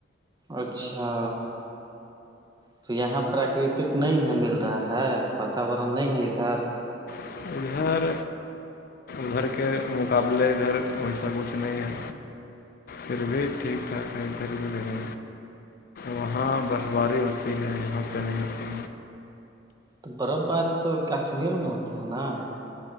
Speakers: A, on the right; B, on the left.
A: اچھا تو یہاں پراکرتک نہیں ہے مل رہا ہے واتورن نہیں ہے ادھر
B: گھر ادھر ادھر کے مقابلے ادھر ہمیشہ کچھ نہیں ہے تر بھییت ٹھیک ٹھاک ہے ادھر گدھر میں وہاں برفباری ہوتی ہے یہاں پہ نہیں ہوتی
A: تو برف باری تو کشمیر میں ہوتا ہے نا